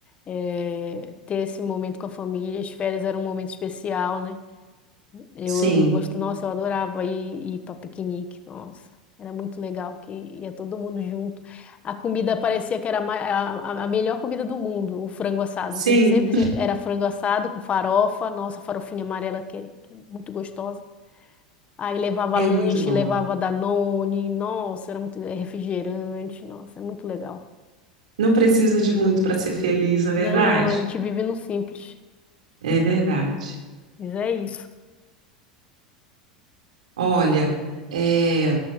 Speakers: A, on the left; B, on the right.
A: eh, ter esse momento com a família. As férias eram um momento especial, né? Eu,
B: Sim,
A: eu gosto, nossa, eu adorava ir, ir para piquenique, nossa, era muito legal, que ia todo mundo junto. A comida parecia que era a, ma- a, a- a melhor comida do mundo, o frango assado.
B: sim,
A: A gente sempre se- era frango assado com farofa, nossa, farofinha amarela, que, que é muito gostosa. Aí levava
B: é
A: lanche,
B: muito bom.
A: levava Danone, nossa, era muito é refrigerante, nossa, é muito legal.
B: Não precisa de muito para ser feliz, não é verdade?
A: Não, não, não, a gente vive no simples.
B: É verdade.
A: Mas é isso.
B: Olha, é,